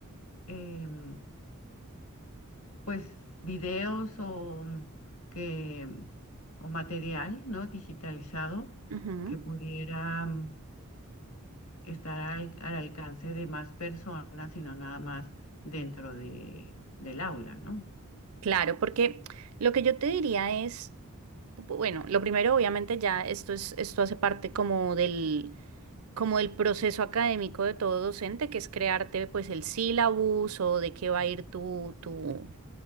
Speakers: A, on the left (about 65°); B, on the right (about 75°).
A: em, pues videos o mm, que mm, o material, ¿no? digitalizado
B: Ujú.
A: que pudiera mm, estar al, al alcance de más personas y no nada más dentro de, del aula, ¿no?
B: Claro, porque lo que yo te diría es, bueno, lo primero, obviamente, ya esto es, esto hace parte como del, como del proceso académico de todo docente, que es crearte pues el sílabus o de qué va a ir tu, tu,